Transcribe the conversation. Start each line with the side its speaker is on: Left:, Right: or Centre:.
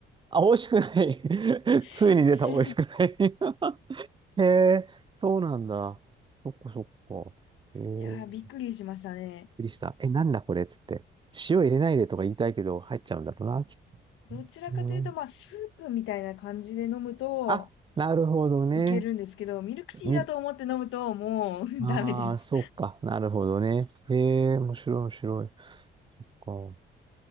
Right: あ、美味しくない。<laughs>
Left: <laughs>
Right: ついに出た、美味しくない。<laughs> へえ、そうなんだ。そっかそっか。へえ
Left: いやー、びっくりしましたね。
Right: くりした。え、なんだこれっつって。塩入れないでとか言いたいけど、入っちゃうんだろうな、きっ
Left: どちらかというと、
Right: とな。
Left: まあ、スープみたいな感じで飲むと、
Right: あ、なるほどね。
Left: いけるんですけど、ミルクティーだと思って飲むと、
Right: み、
Left: もう
Right: ああ、
Left: <laughs> ダメです。
Right: そうか。なるほどね。へえ、面白い、面白い。そっか。